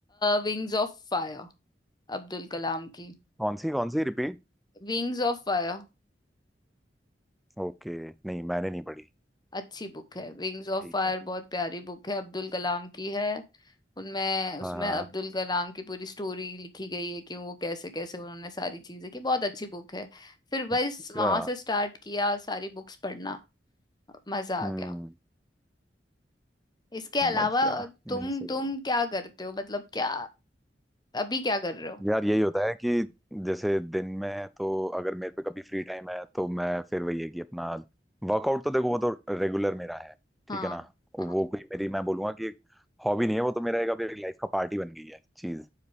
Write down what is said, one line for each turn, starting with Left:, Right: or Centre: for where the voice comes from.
Left: Wings of Fire Abdul Kalam की
Centre: कौन सी कौन सी रिपीट
Left: Wings of Fire
Centre: ओके नहीं मैंने नहीं पढ़ी
Left: अच्छी बुक है विंग्स ऑफ
Centre: ठीक
Left: फायर
Centre: है
Left: बहुत प्यारी बुक है अब्दुल कलाम की है उनमें उसमें
Centre: हाँ हाँ
Left: अब्दुल कलाम की पूरी स्टोरी लिखी गई है कि वो कैसे कैसे उन्होंने सारी चीजें की बहुत अच्छी बुक है फिर बस
Centre: अच्छा
Left: वहां से स्टार्ट किया सारी बुक्स पढ़ना मजा
Centre: हम्म
Left: आ गया इसके अलावा
Centre: समझ गया नहीं
Left: तुम
Centre: सही
Left: तुम
Centre: है
Left: क्या करते हो मतलब क्या अभी क्या कर रहे हो
Centre: यार यही होता है कि जैसे दिन में तो अगर मेरे पे कभी फ्री टाइम है तो मैं फिर वही है कि अपना वर्कआउट तो देखो वो तो रेगुलर मेरा है ठीक
Left: हाँ
Centre: है ना
Left: हाँ
Centre: वो कोई मेरी मैं बोलूंगा कि एक हॉबी नहीं है वो तो मेरा एक अब एक लाइफ का पार्ट ही बन गई है चीज